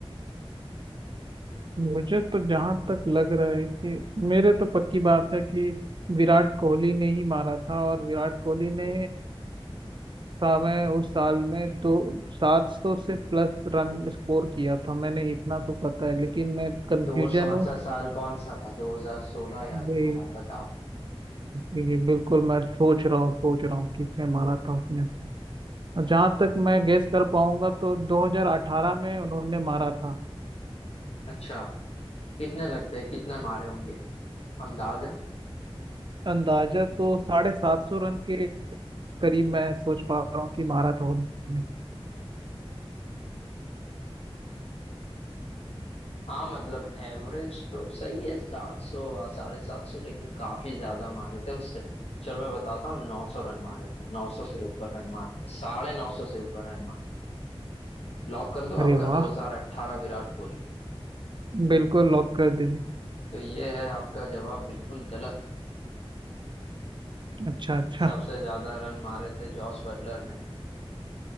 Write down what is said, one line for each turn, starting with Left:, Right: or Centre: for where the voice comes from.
Right: मुझे तो जहाँ तक लग रहा है कि मेरे तो पक्की बात है कि विराट कोहली ने ही मारा था और विराट कोहली ने था मैं उस साल में दो सात सौ से प्लस रन स्कोर किया था मैंने इतना तो पता है लेकिन मैं कंफ्यूजन
Left: तो वो कौन
Right: हूँ
Left: सा साल कौन सा था 2016 या 18
Right: ये-
Left: बताओ
Right: ये बिल्कुल मैं सोच रहा हूँ सोच रहा हूँ किसने मारा था उसने और जहाँ तक मैं गेस कर पाऊंगा तो 2018 में उन्होंने मारा था
Left: अच्छा कितने लगते हैं कितने मारे होंगे अंदाजा
Right: अंदाजा तो साढ़े सात सौ रन के करीब मैं सोच पा रहा हूँ कि मारा था उन्होंने
Left: हाँ मतलब एवरेज तो सही है सात सौ साढ़े सात सौ लेकिन काफी ज्यादा मारे थे उससे चलो मैं बताता हूँ नौ सौ रन मारे थे नौ सौ से ऊपर रन मारे थे साढ़े नौ सौ से ऊपर रन मारे थे लॉक कर दो
Right: अरे
Left: आपका
Right: वाह
Left: 2018 विराट कोहली
Right: बिल्कुल लॉक कर दीजिए
Left: तो ये है आपका जवाब बिल्कुल गलत
Right: अच्छा अच्छा
Left: सबसे ज्यादा रन मारे थे जॉस बटलर ने